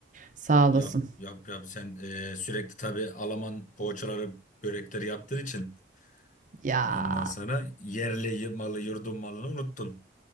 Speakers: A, on the right; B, on the left.
A: Sağ olasın.
B: Yap yap yap sen e, sürekli tabii Alman poğaçaları börekleri yaptığın için
A: Ya.
B: ondan sonra yerli y- malı yurdun malını unuttun.